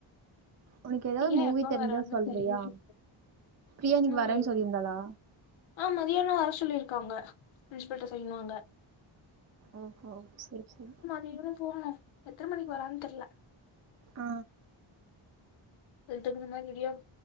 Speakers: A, on the right (about 35°); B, on the left (about 65°).
A: ஒனக்கு ஏதாவது
B: ஏன்
A: மூவி
B: எப்ப
A: தெரிஞ்சா
B: வரான்னு
A: சொல்றியா
B: தெரியல
A: பிரியா இன்னிக்கு
B: மூவி
A: வரேன்னு சொல்லியிருந்தாளா
B: ஆ மதியானம் வர சொல்லியிருக்காங்க பிரின்ஸ்பல்ட்ட சய்ன் வாங்க
A: ஓ ஹோ செரி செரி
B: நீங்களும் போக எத்தன மணிக்கு வராருன்னு தெரில்ல
A: ஆ
B: எழுத்துக்கனும மறுபடியும்